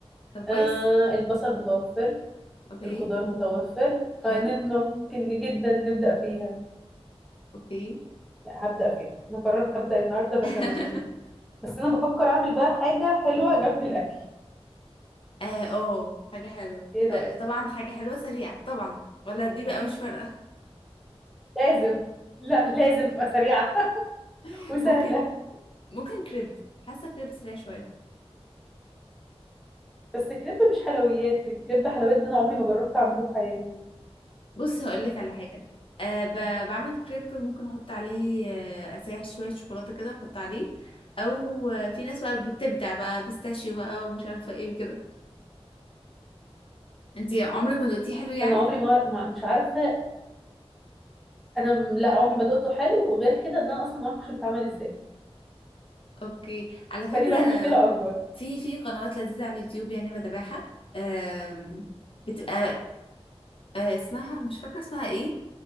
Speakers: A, on the left; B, in the centre.
A: طب كويس
B: آه البصل متوفر
A: اوكي
B: الخضار متوفر فممكن
A: حلو
B: جدا نبدا فيها
A: اوكي
B: لا هبدأ فيها انا قررت أبدأ النهارده بشاميل
A: <laughs>
B: بس انا بفكر اعمل بقى حاجة حلوة جنب الاكل
A: اه أوه. حاجة حلوة
B: ايه رأيك
A: آه، طبعا حاجة حلوة سريعة طبعا ولا دي بقى مش فارقة
B: لازم لا لازم تبقى سريعة <laughs>
A: <laughs>
B: وسهلة
A: ممكن ممكن كريب حاسة كريب سريع شوية
B: بس كريب مش حلويات الكريب حلويات ده انا عمري ما جربت اعمله في حياتي
A: بصي هقولك على حاجة أه ب... بعمل كريب ممكن احط عليه آه، اسيح شوية شوكولاتة كده واحط عليه او آه، في ناس بقى بتبدع بقى بيستاشيو بقى ومش عارفة ايه كده انتي عمرك ما دوقتيه حلو يعني
B: انا عمري ما ما- مش عارفة انا م- لا عمري ما دقته حلو وغير كده ان انا اصلا ما اعرفش بيتعمل ازاي
A: اوكي على فكرة
B: فدي بقى مشكلة اكبر
A: في في قنوات لذيذة على اليوتيوب يعني بتابعها آم، بتبقى آه، اسمها مش فاكرة اسمها ايه